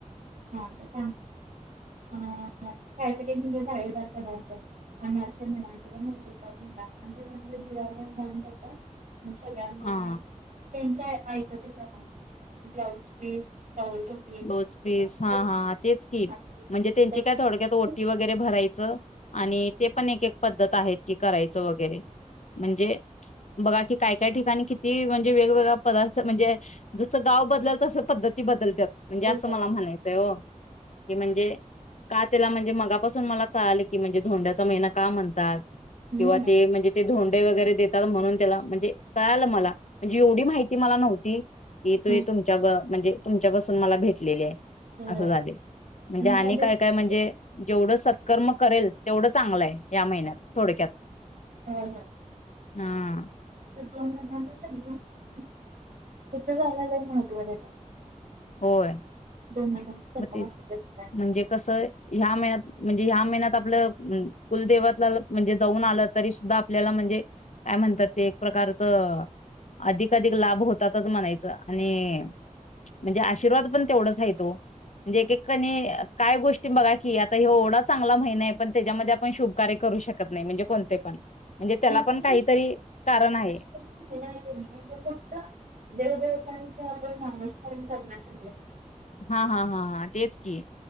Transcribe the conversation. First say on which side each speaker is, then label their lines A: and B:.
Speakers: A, on the right (about 75°); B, on the left (about 60°).
A: <inaudible> अ काहीतरी म्हणजे जाळेदार पदार्थ अनारस म्हणा, किंवा मैसूर पाक म्हणा पण म्हणजे त्याच्या दिवा दान करतात. सगळ्यांना
B: हा
A: त्यांच ऐपती प्रमाणे ब्लाऊज पीस, टॉवेल टोपी
B: ब्लाऊज पीस हा
A: भाकरी,
B: हा तेच की म्हणजे त्यांची
A: दक्षिणा
B: काय थोडक्यात ओ टी वगैरे भराय च.. आणि ते पण एक एक पद्धत आहेत ती कराय च वगैरे म्हणजेच बघा की काय काय ठिकाणी किती म्हणजे वेगवेगळा पदार्थ म्हणजे जसं गाव बदलल तसं पद्धती बदलत्यात. म्हणजे
A: बदल
B: असं मला म्हणायचंय ओ कि म्हणजे का त्याला म्हणजे मगापासून मला कळालं की म्हणजे धोंड्याचा महिना का म्हणतात?
A: हम्म
B: किंवा ते म्हणजे ते धोंड डे वगैरे देतात म्हणून त्याला म्हणजे कळालं मला म्हणजे एवढी माहिती मला नव्हती येतोय
A: हम्म.
B: तुमच्या म्हणजे तुमच्या पासु पण मला भेटलेले आहे.
A: होय
B: असं झालय म्हणजे आणि
A: ह्या दिवसामध्ये
B: काय काय म्हणजे जेवढं सत्कर्म करेल तेवढं चांगलं आहे या महिन्यात थोडक्यात
A: होय
B: हा.
A: म्हणून तरी सगळीजन त्या याला लई महत्व देतात
B: होय.
A: दोन महिलांचा
B: मग
A: संगम
B: तेच
A: असलेल्या
B: की
A: ठिकाणी
B: म्हणजे कस ह्या महिन्यात म्हणजे ह्या महिन्यात आपलं कुलदेवातला म्हणजे जाऊन आलं तरी सुद्धा आपल्याला म्हणजे काय म्हणतात ते एक प्रकारचं अधिकाअधिक लाभ होतातच म्हणायच आणि म्हणजे आशीर्वाद पण तेवढाच आहे तो. म्हणजे एक एक कणी काय गोष्टी बघा की यात तर ह्यो एवढा चांगला महिना आहे पण त्याच्यामध्ये आपण शुभ कार्य करू शकत नाही म्हणजे कोणते पण
A: <unintelligible>
B: म्हणजे त्याला पण काहीतरी कारण आहे
A: <unintelligible>
B: हा हा हा हा तेच की.